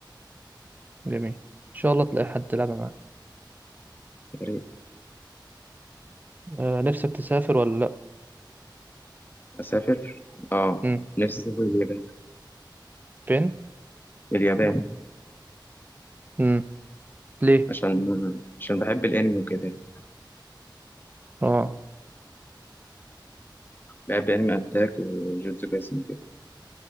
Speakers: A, on the right; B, on the left.
A: جميل ان شاء الله تلاقي حد تلعب معاه
B: يا ريت
A: آه نفسك تسافر ولا لا
B: اسافر اه
A: امم
B: نفسي اسافر اليابان
A: فين
B: اليابان
A: امم ليه
B: عشان عشان بحب الانمي وكده يعني
A: اه
B: بحب انمي اتاك وجوجوتسو كايسن وكده